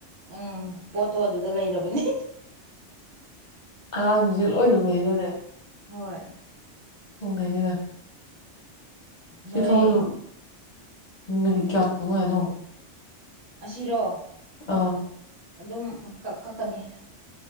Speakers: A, on the right; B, on the left.
A: ꯎꯝ ꯄꯣꯠꯇꯣ ꯑꯗꯨꯗ ꯂꯩꯔꯕꯅꯤ
B: ꯑꯉꯥꯡꯁꯦ ꯂꯣꯏ ꯂꯩꯅꯅꯦ
A: ꯍꯣꯏ
B: ꯎ ꯂꯩꯔ
A: ꯅꯣꯏ
B: ꯁꯤ ꯊꯕꯛꯁꯨ ꯃꯤꯅꯤꯠ ꯀꯌꯥ ꯇꯪꯉ ꯍꯥꯏꯅꯣ
A: ꯑꯁꯤꯔꯣ
B: ꯑꯥ
A: ꯑꯗꯨꯝ ꯀꯛꯀꯅꯤ